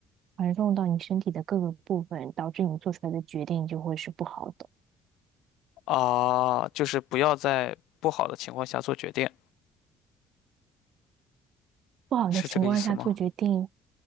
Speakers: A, on the right; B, on the left.
A: 传送到你身体的各个部分，导致你做出来的决定就会是不好的。
B: 啊，就是不要在不好的情况下做决定，
A: 不好的情况下做决定，
B: 是这个意思吗？